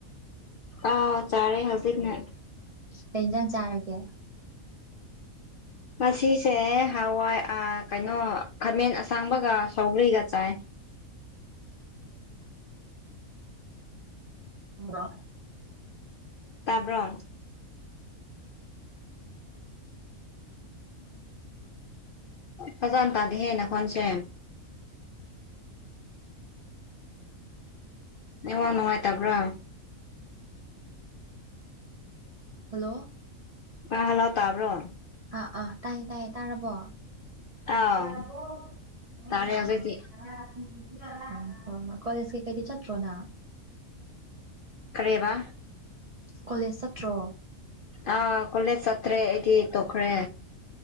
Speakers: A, on the left; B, on the right.
A: ꯑꯥ ꯆꯥꯔꯦ ꯍꯧꯖꯤꯛꯃꯛ
B: ꯀꯩꯟ ꯏꯟꯖꯥꯡ ꯆꯥꯔꯒꯦ
A: ꯉꯁꯤꯁꯦ ꯍꯋꯥꯏ ꯀꯩꯅꯣ ꯈꯥꯃꯦꯟ ꯑꯁꯥꯡꯕꯒ ꯁꯧꯒ꯭ꯔꯤꯒ ꯆꯥꯏ
B: <unintelligible>
A: ꯇꯥꯕ꯭ꯔꯣ ꯐꯖꯅꯥ ꯇꯥꯗꯦꯍ‌ꯦ ꯅꯈꯣꯟꯁꯦ ꯅ‌ꯦꯠꯋꯥꯛ ꯅꯨꯡꯉꯥꯏꯇꯕ꯭ꯔꯥ
B: ꯍꯜꯂꯣ
A: ꯑꯥ ꯍꯜꯂꫭ ꯇꯥꯕ꯭ꯔꯣ
B: ꯑꯥ ꯑꯥ ꯇꯥꯏꯌꯦ ꯇꯥꯏꯌꯦ ꯇꯥꯔꯕꯣ <unintelligible> ꯑꯥ
A: ꯑꯥꯎ
B: ꯎꯝ
A: ꯇꯥꯔꯦ ꯍꯧꯖꯤꯛꯇꯤ
B: ꯍꫭ ꯍꫭꯏ ꯀꯣꯂꯦꯖ ꯀꯩꯀꯩꯗꯤ ꯆꯠꯇ꯭ꯔꯣ ꯅꯪ
A: ꯀꯔꯤꯑꯕ
B: ꯀꯣꯂꯦꯖ ꯆꯠꯇ꯭ꯔꯣ
A: ꯑꯥ ꯀꯣꯂꯦꯖ ꯆꯇ꯭ꯔꯦ ꯑꯩꯗꯤ ꯇꯣꯛꯈ꯭ꯔꯦ